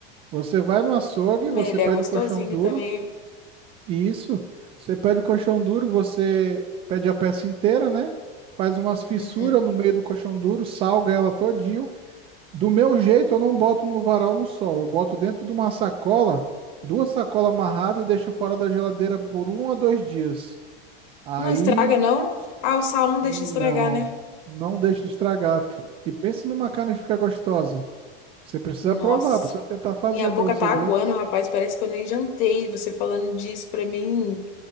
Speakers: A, on the right; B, on the left.
A: Você vai no açougue,
B: Hum,
A: você
B: Ele
A: pede
B: é gostosinho
A: o coxão duro,
B: também.
A: e isso, você pede o coxão duro, você pede a peça inteira, né? Faz umas fissuras
B: Uhum.
A: no meio do coxão duro, salga ela todinho. Do meu jeito, eu não boto no varal no sol, eu boto dentro de uma sacola, duas sacolas amarradas e deixo fora da geladeira por um a dois dias. Aí
B: Não estraga, não? Ah, o sal não deixa
A: Não,
B: estragar, né?
A: não deixe de estragar. E pense numa carne que fica gostosa. Você precisa
B: Nossa,
A: provar, precisa tentar fazer
B: minha boca
A: para você
B: tá
A: ver.
B: aguando, rapaz. Parece que eu nem jantei. Você falando disso pra mim.